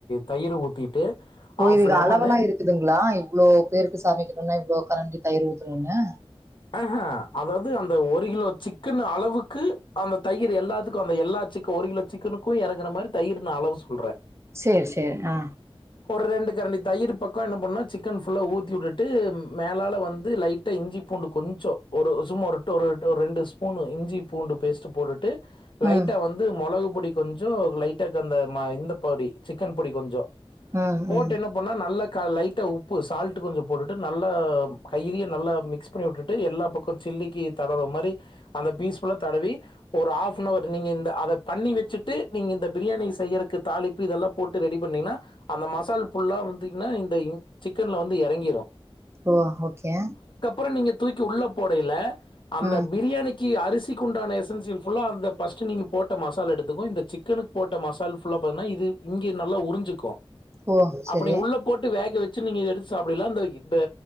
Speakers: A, on the left (about 55°); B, on the right (about 25°).
A: தயிரு ஊத்திட்டு
B: போய்
A: ஆஃப்
B: இதுக்கு
A: லெமனு
B: அளவலா இருக்குதுங்களா இவ்ளோ பேருக்கு சமைக்கணுனா இவ்ளோ கரண்டி தயிரு ஊத்தனுன்னே
A: அஹ அதாவது அந்த ஒரு கிலோ சிக் சிக்கன் அளவுக்கு அந்த தயிர் எல்லாத்துக்கும் அமையும் எல்லா சிக்கனும் ஒரு கிலோ சிக்கனுக்கும் இறங்குற மாதிரி நான் அளவு சொல்றேன்
B: செரி செரி ஆ‌
A: ஒரு ரெண்டு கரண்டி தயிரு பக்கம் என்ன பண்ணுனா சிக்கன் ஃபுல்லா ஊத்தி விட்டுட்டு மேலால வந்து லைட்டா இஞ்சிப் பூண்டு கொஞ்சம் ஒரு சும்மா ஒரு ஒரு ரெண்டு ஸ்பூன் இஞ்சி பூண்டு பேஸ்ட்ட போட்டுட்டு லைட்டா
B: ம்,
A: வந்து மொளகு மிளகு பொடி கொஞ்சம் லைட்டாக்கு அந்த இந்த பொடி சிக்கன் பொடி கொஞ்சம்
B: ம்,
A: போட்டு
B: ம்.
A: என்ன பண்ணா நல்லா அக்கா லைட்டா உப்பு சால்ட் கொஞ்சம் போட்டுட்டு நல்லா கையிலே நல்லா மிக்ஸ் மிக்ஸ் பண்ணி விட்டுட்டு எல்லா பக்கம் சில்லிக்கு தடவுற மாரி அந்த பீஸ் ஃபுல்லா தடவி ஒரு ஹாஃப்னவர் நீங்க இந்த அத பண்ணி வச்சுட்டு நீங்க இந்த பிரியாணி செய்யறக்கு தாளிப்பு இதெல்லாம் போட்டு ரெடி பண்ணீங்கன்னா அந்த மசால் ஃபுல்லா வந்தீங்கன்னா இந்த சிக்கன்ல வந்து இறங்கிடும்
B: ஓ ஓகே
A: இப்ப நீங்க தூக்கி உள்ள போடையில அந்த
B: ம்.
A: பிரியாணிக் பிரியாணிக்கி அரிசிக்குண்டான எசன்சியல் ஃபுல்லா அந்த ஃபஸ்ட்டு நீங்கள் போட்ட மசாலா எடுத்துக்கும் இந்த சிக்கனுக்கு போட்ட மசால் ஃபுல்லா பான்னா இங்கே நல்லா உறிஞ்சிக்கும்
B: ஓ!
A: அப்ப
B: சரி.
A: நீ உள்ள போட்டு வேக் இதுல வெச்சு நீங்க எடுத்து சாப்படயீல அந்த இ ப